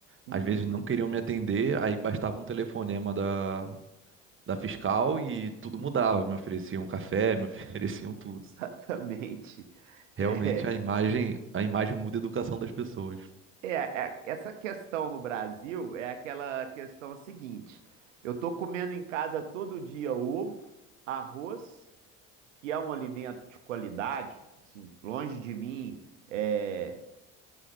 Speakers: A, on the right (about 80°); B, on the right (about 35°).
A: Uhum,
B: Às vezes não queriam me atender, aí bastava um telefonema da, da fiscal e tudo mudava. Me ofereciam café, me <laughs> ofereciam tudo.
A: exatamente.
B: Realmente
A: É,
B: a imagem, a imagem muda a educação das pessoas.
A: é, é, essa questão no Brasil é aquela questão seguinte: eu tô comendo em casa todo dia ovo, arroz, que é um alimento de qualidade, assim, longe de mim. é,